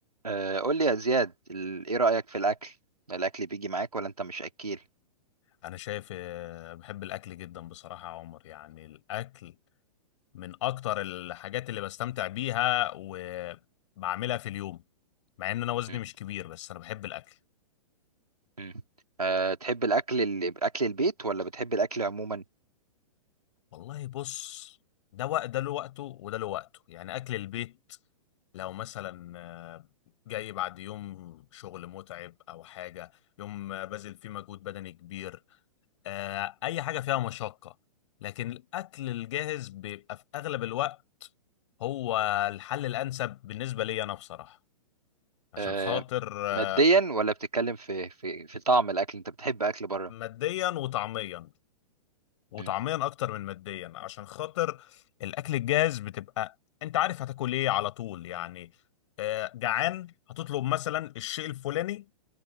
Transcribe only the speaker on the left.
انا شايف آه، بحب الاكل جدا بصراحة يا عمر يعني الاكل من اكتر الحاجات اللي بستمتع بيها وبعملها في اليوم مع ان انا وزني
مش كبير بس انا بحب الاكل
والله بص ده وقت ده له وقته وده له وقته يعني اكل البيت لو مثلا آه، جاي بعد يوم شغل متعب او حاجة يوم آه، بذل فيه مجهود بدني كبير آه، اي حاجة فيها مشقة لكن الاكل الجاهز بيبقى في اغلب الوقت هو الحل الأنسب بالنسبة لي أنا بصراحة عشان
خاطر آه،
ماديا وطعميا وطعميا
أكتر من ماديا عشان خاطر الأكل الجاهز بتبقى أنت عارف هتاكل إيه على طول يعني آه، جعان هتطلب مثلا الشيء الفلاني